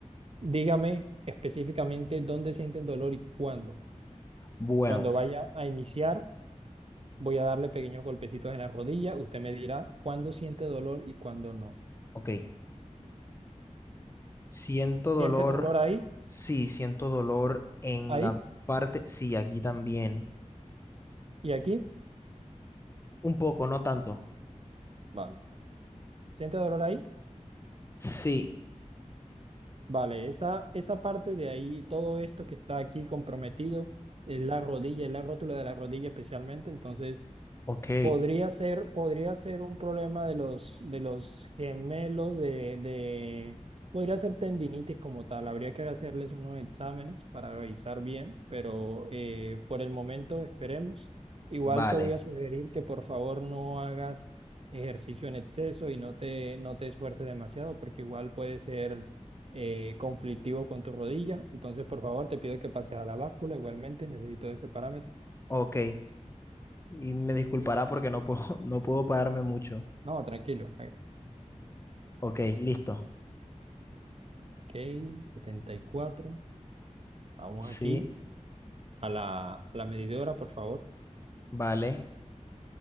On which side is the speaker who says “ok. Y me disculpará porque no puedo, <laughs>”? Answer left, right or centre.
Left